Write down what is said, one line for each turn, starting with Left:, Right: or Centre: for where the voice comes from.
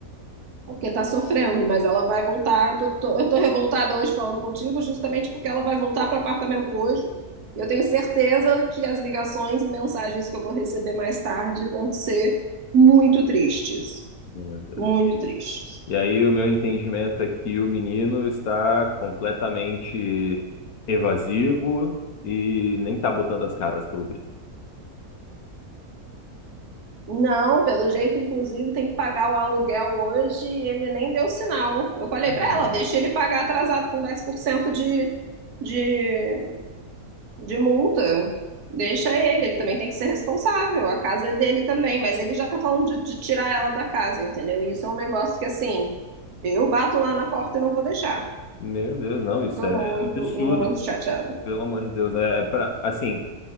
Right: porque tá sofrendo, mas ela vai voltar. Tô- tô- eu tô revoltada hoje falando contigo, justamente porque ela vai voltar para o apartamento hoje. E eu tenho certeza que as ligações e mensagens que eu vou receber mais tarde vão ser muito tristes,
Left: Meu Deus.
Right: muito
Left: E,
Right: tristes.
Left: e aí, o meu entendimento é que o menino está completamente evasivo e nem tá botando as caras, pelo visto.
Right: Não, pelo jeito, inclusive, tem que pagar o aluguel hoje. e Ele nem deu sinal. Eu falei
Left: Caramba.
Right: para ela, deixa ele pagar atrasado com 10% de, de, de multa. Deixa ele, ele também tem que ser responsável. A casa é dele também, mas ele já tá falando de, de tirar ela da casa, entendeu? E isso é um negócio que, assim, eu bato lá na porta e não vou deixar.
Left: Meu Deus, não, isso
Right: Tô
Left: é
Right: muito,
Left: absurdo.
Right: muito chateada.
Left: Pelo amor de Deus, é, é pra, assim,